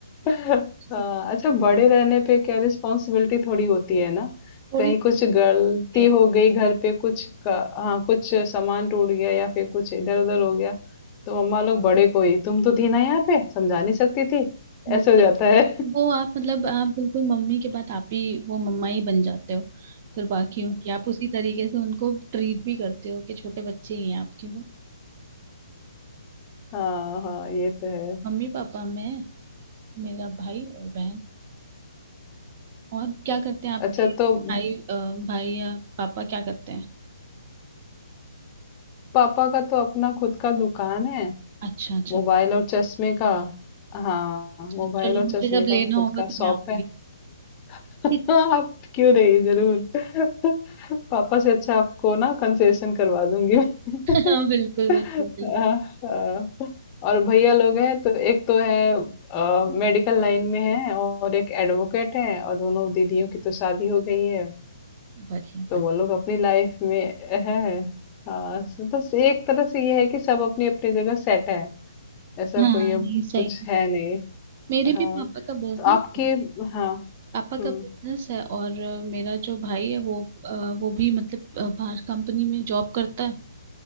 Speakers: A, on the left; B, on the right.
A: हाँ,
B: सबसे
A: अच्छा बड़े रहने पे क्या रिस्पॉन्सिबिलिटी थोड़ी होती है ना
B: थोड़ी
A: कहीं
B: होती
A: कुछ गलती
B: है
A: हो गई घर पे कुछ का, हाँ कुछ सामान टूट गया या फिर कुछ इधर उधर हो गया तो मम्मा लोग बड़े को ही तुम तो थी ना यहाँ पे समझा नहीं सकती थी
B: वो
A: ऐसे हो
B: तो
A: जाता है
B: वो आप मतलब आप बिल्कुल मम्मी के बाद आप ही वो मम्मा ही बन जाते हो फिर बाकियों की आप उसी तरीके से उनको ट्रीट भी करते हो कि छोटे बच्चे ही हैं आपके वो
A: हाँ हाँ ये तो है
B: मम्मी पापा मैं मेरा भाई और बहन और क्या करते हैं आपके
A: अच्छा
B: भाई
A: तो
B: अ, भाई या पापा क्या करते हैं
A: पापा का तो अपना खुद का दुकान है
B: अच्छा अच्छा
A: मोबाइल और चश्मे का हाँ मोबाइल
B: अच्छा चलो
A: और
B: मुझे
A: चश्मे
B: जब
A: का
B: लेना
A: खुद
B: होगा
A: का
B: तो
A: शॉप
B: मैं आऊंगी
A: है <laughs>
B: <laughs>
A: आप क्यों नहीं जरूर <laughs> पापा से अच्छा आपको ना कंसेशन करवा दूंगी मैं।
B: हाँ बिल्कुल
A: <laughs>
B: बिल्कुल
A: हाँ,
B: बिल्कुल
A: हाँ। और भैया लोग हैं तो एक तो है मेडिकल लाइन में है और एक एडवोकेट है और दोनों दीदियों की तो शादी हो गई है
B: बढ़िया
A: तो
B: बढ़िया
A: वो लोग अपनी लाइफ में है हाँ सो तो से- एक तरह से ये है कि सब अपनी अपनी जगह सेट है ऐसा
B: हाँ
A: कोई अब
B: नहीं सही
A: कुछ
B: है
A: है नहीं
B: मेरे भी
A: हाँ
B: पापा का बिजनेस
A: तो आपकी
B: है
A: हाँ
B: पापा
A: हम्म
B: का बिजनेस है और अ, मेरा जो भाई है वो अ, वो भी मतलब अ, बाहर कंपनी में जॉब करता है